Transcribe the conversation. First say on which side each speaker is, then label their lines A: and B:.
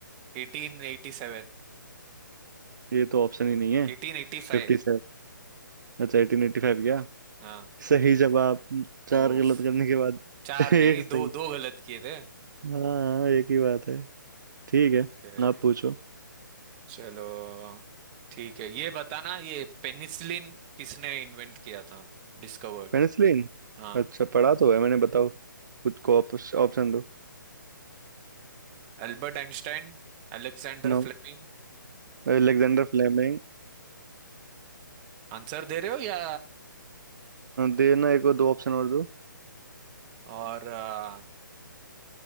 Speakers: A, on the right (about 25°); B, on the right (about 60°).
A: एटीन एटी सेवन
B: ये तो ऑप्शन ही नहीं है
A: एटीन एटी फाइव
B: Fifty seven अच्छा एटीन एटी फाइव क्या
A: हाँ
B: सही जवाब चार
A: ओफ
B: गलत करने के बाद
A: चार
B: <laughs> एक
A: नहीं
B: सही
A: दो दो गलत किए थे
B: हाँ एक ही बात है ठीक
A: ओके
B: है आप पूछो
A: चलो ठीक है ये बताना ये पेनिसिलिन किसने इन्वेंट किया था डिस्कवर्ड
B: पेनिसिलिन
A: हाँ
B: अच्छा पढ़ा तो है मैंने बताओ खुद को ऑप्शन दो
A: Albert Einstein Alexander
B: No
A: Fleming
B: Alexander Fleming
A: Answer दे रहे हो या
B: देना एक और दो ऑप्शन और दो
A: और अ,